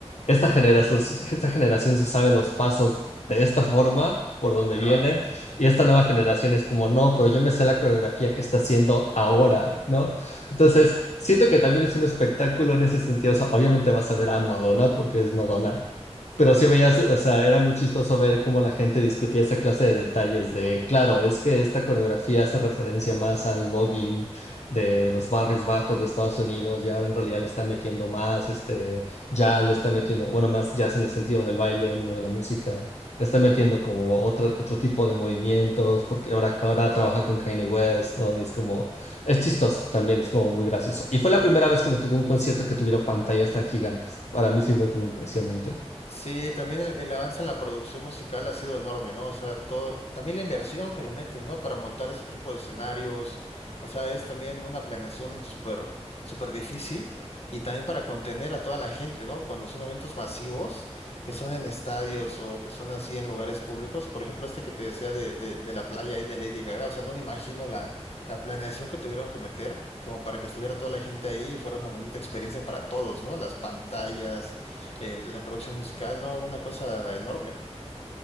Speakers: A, on the left; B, on the left.
A: esta generación, esta generación se sabe los pasos de esta forma, por donde
B: Ajá.
A: viene, y esta nueva generación es como, no, pero yo me sé la coreografía que está haciendo ahora, ¿no? Entonces, siento que también es un espectáculo en ese sentido. O sea, obviamente vas a ver a Madonna porque es Madonna. Pero sí veías, o sea, era muy chistoso ver cómo la gente discutía esa clase de detalles de, claro, es que esta coreografía hace referencia más al voguing de los barrios bajos de Estados Unidos y ahora en realidad le está metiendo más, este, ya le está metiendo, bueno, más jazz en el sentido del baile, no de la música, le está metiendo como otro, otro tipo de movimientos, porque ahora, ahora trabaja con Kanye West, ¿no? Y es como, es chistoso también, es como muy gracioso. Y fue la primera vez que me tocó un concierto que tuviera pantallas tan gigantes. Para mí sí fue como impresionante.
B: Sí, también el, el avance en la producción musical ha sido enorme, ¿no? O sea, todo, también la inversión que le meten, ¿no? Para montar ese tipo de escenarios, o sea, es también una planeación súper, súper difícil y también para contener a toda la gente, ¿no? Cuando son eventos masivos, que son en estadios o que son así en lugares públicos, por ejemplo, este que te decía de, de, de la playa y de Lady Gaga, o sea, no me imagino la, la planeación que tuvieron que meter. como para que estuviera toda la gente ahí y fuera una bonita experiencia para todos, ¿no? Las pantallas, el- la producción musical, ¿no? Una cosa enorme.